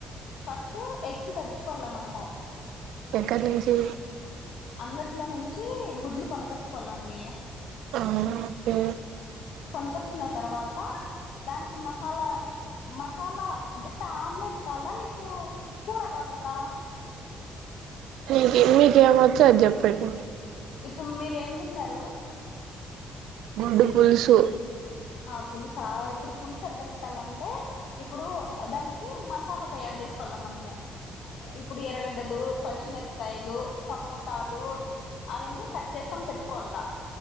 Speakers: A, on the left; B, on the right.
A: ఫస్ట్ ఎగ్స్ తెచ్చుకోవాల మనము.
B: ఎక్కడ నుంచి.
A: అంగట్లో నుంచి గుడ్లు కొనకచ్చుకోవాలండి.
B: అ ఓకే
A: కొనుకచ్చుకున్న తర్వాత దానికి masala masala just omelette కావాలా నీకు, కూర కావాల్లా.
B: మీకి మీకేమొచ్చో అది చెప్పండి.
A: ఇప్పుడు మీరు ఏం తిన్నరు?
B: గుడ్డు పులుసు.
A: ఆ పులుసా ఇప్పుడు పులుసు ఎట్ట పెట్టాలంటే ఇప్పుడు దానికి మసాలా తయారు చేసుకోవల మనము. ఇప్పుడు ఎర్రగడ్డలు, పచ్చిమిరకాయలు టమోటాలు అవన్నీ కట్ చేసుకొని పెట్టుకోవల్లా.